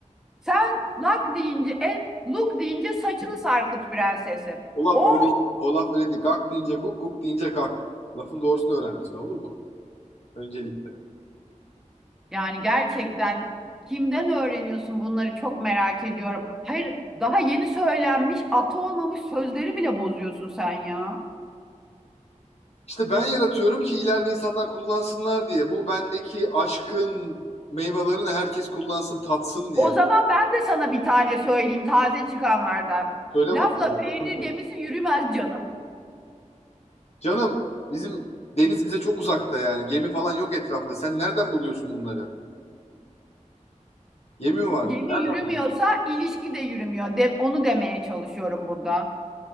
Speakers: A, in the centre; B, on the left (about 55°).
A: sen lak deyince et, luk deyince saçını sarkıt prensesim.
B: O laf
A: Oh
B: öyle, o laf öyle değil. Gak deyince guk, guk deyince gak. Lafın doğrusunu öğren lütfen olur mu? Öncelikle.
A: Yani gerçekten kimden öğreniyorsun bunları çok merak ediyorum. Hayır, daha yeni söylenmiş, atı olmamış sözleri bile bozuyorsun sen ya.
B: İşte ben yaratıyorum ki ileride insanlar kullansınlar diye. Bu bendeki aşkın meyvelerini herkes kullansın, tatsın diye.
A: O zaman ben de sana bir tane söyleyeyim taze çıkanlardan.
B: Söyle
A: Lafla
B: bakalım
A: peynir
B: Tapunca.
A: gemisi yürümez canım.
B: Canım bizim deniz bize çok uzakta yani. Gemi falan yok etrafta. Sen nereden buluyorsun bunları? Gemi mi var?
A: Gemi
B: Nereden
A: yürümüyorsa
B: buluyorsun?
A: ilişki de yürümüyor. De- onu demeye çalışıyorum burada.